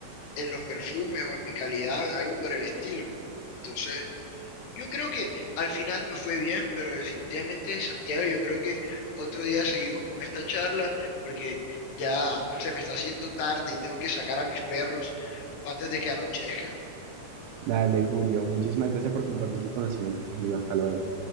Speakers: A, on the left; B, on the right.
A: en los perfumes o en mi calidad o en algo por el estilo. Entonces, yo creo que al final me fue bien, pero definitivamente, Santiago, yo creo que otro día seguimos con esta charla porque ya se me está haciendo tarde y tengo que sacar a mis perros antes de que anochezca.
B: Dale, Julio, muchísimas gracias por compartir tus conocimientos conmigo. Hasta luego.